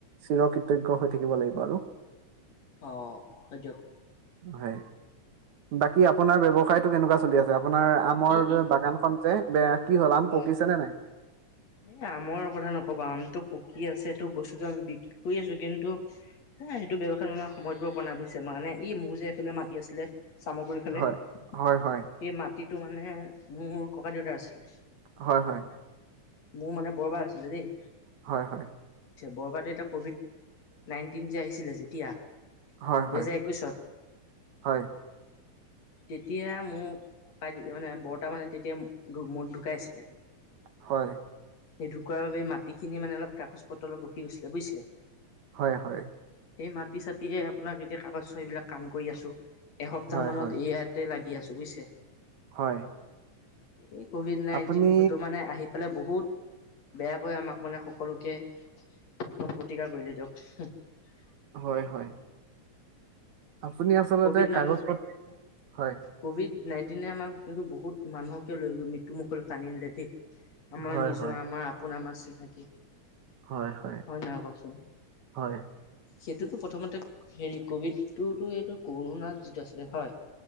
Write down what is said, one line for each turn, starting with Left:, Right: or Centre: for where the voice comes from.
Right: চিৰ কৃতজ্ঞ হৈ থাকিব লাগিব আৰু।
Left: অ, হয় দিওক।
Right: হয়। বাকী আপোনাৰ ব্যৱসায়টো কেনেকুৱা চলি আছে? আপোনাৰ আমৰ
Left: এই
Right: বাগানখন যে, বেয়া কি হল? আম
Left: হয়।
Right: পকিছে নে নাই?
Left: এ আমৰ কথা নকবা। আমতটো পকী আছে। সেইটো বস্তুতটো আমি বিক্ৰী কৰি আছো ।কিন্তু এ সেইটো ব্যৱসায় সময় দিব পৰা নাই বুজিছে। মানে ই মোৰ যে এইফালে মাতি আছিলে। চামগৰি ফালে,
Right: হয়, হয়, হয়,
Left: সেই মাত টো মানে মোৰ ককা দেউতা আছিলে।
Right: হয়, হয়।
Left: মোৰ মানে বৰবাৰ আছিলে, দেই।
Right: হয়, হয়।
Left: বৰবাদে এতিয়া, ক'ভিড নাইনটিন যে, আহিছিলে যেতিয়া
Right: হয়,
Left: দুহেজাৰ
Right: হয়,
Left: একৈশত
Right: হয়।
Left: তেতিয়া মোক ককাই যে, মানে বৰৰতা, মানে তেতিয়া ঢু মু ঢুকাইছিলে।
Right: হয়।
Left: সেই ঢুকোৱাৰ বাবে মাটি খিনি মানে, অলপ কাগজ-পত্ৰ অলপ ৰখি গৈছিলে, বুজিছে।
Right: হয়, হয়।
Left: সেই মাটি চতিয়ে আপোনাক এতিয়া কাগজ চয় বিলাক কাম কৰি আছো। এসপ্তাহ
Right: হয়,
Left: মানত,
Right: হয়,
Left: ইয়াতে লাগি আছো। বুজিছে।
Right: হয়।
Left: এই ক'ভিড নাইনটিনতটো
Right: আপুনি
Left: মানে আহি পেলাই বহুত বেয়াকৈ, আমাক মানে সকলো কে, একদম প্ৰতিকাৰ কৰিলে, দিয়ক।
Right: হয়, হয়। আপুনি আচলতে
Left: কভিড নাইন
Right: কাগজ-পত হয়।
Left: কভিড নাইনটিনে আম কিন্তু বহুত, মানুহকে লৈ গৈ মৃত্যু মুখলৈ, টান নিলে, দেই। আমাৰ
Right: হয়,
Left: নিজৰ,
Right: হয়,
Left: আমাৰ আপোন, আমাৰ চিনাকি।
Right: হয়, হয়,
Left: নহয় কওকচোন?
Right: হয়।
Left: সেইটোতো প্ৰথমতে হেৰি কভিডটোতো এইটো কৰোণাত যিটো আছিলে হয়,